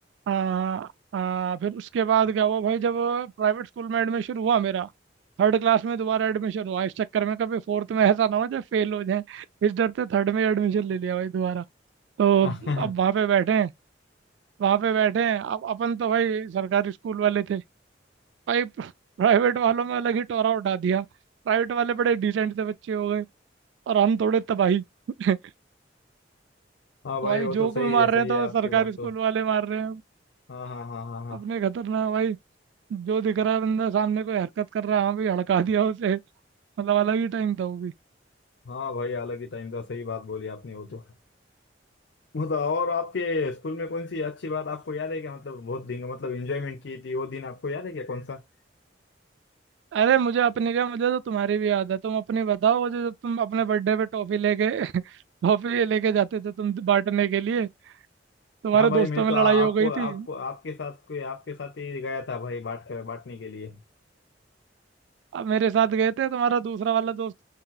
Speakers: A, on the right; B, on the left.
A: आ, आ, फिर उसके बाद क्या हुआ भाई जब प्राइवेट स्कूल में एडमिशन हुआ मेरा थर्ड क्लास में दोबारा एडमिशन हुआ इस चक्कर में कभी फोर्थ में ऐसा ना हो जाए फेल हो जाए इस डर से थर्ड में एडमिशन ले लिया भाई दोबारा तो
B: हाँ
A: अब वहाँ
B: <laughs>
A: पे बैठे हैं वहाँ पे बैठे हैं अब अपन तो भाई सरकारी स्कूल वाले थे भाई प्राइवेट वालों में अलग ही टोरा उठा दिया प्राइवेट वाले बड़े डिसेंट से बच्चे हो गए और हम थोड़े तबाही <laughs>
B: हाँ भाई
A: भाई
B: वो तो
A: जोक
B: सही
A: भी मार
B: है सही
A: रहे हैं तो
B: है आपकी
A: सरकारी
B: बात
A: स्कूल
B: तो
A: वाले मार रहे हैं
B: हाँ हाँ हाँ हाँ हाँ
A: अपने खतरनाक भाई जो दिख रहा है बंदा सामने कोई हरकत कर रहा है हाँ भाई हड़का दिया उसे मतलब अलग ही टाइम था वो भी
B: हाँ भाई अलग ही टाइम था सही बात बोली आपने वो तो मतलब और आपके स्कूल में कौन सी अच्छी बात आपको याद है क्या मतलब बहुत दिन मतलब एंजॉयमेंट की थी वो दिन आपको याद है क्या कौन सा
A: अरे मुझे अपने क्या मुझे तो तुम्हारी भी याद है तुम अपनी बताओ मुझे जब तुम अपने बर्थडे पे टॉफी लेके <laughs> टॉफी लेके जाते थे तुम बांटने के लिए तुम्हारे
B: हाँ भाई
A: दोस्तों
B: मैं तो
A: में लड़ाई
B: आ, आपको
A: हो गई
B: आपको
A: थी
B: आपके साथ कोई आपके साथ ही गया था भाई बांट कर बांटने के लिए
A: अब मेरे साथ गए थे तुम्हारा दूसरा वाला दोस्त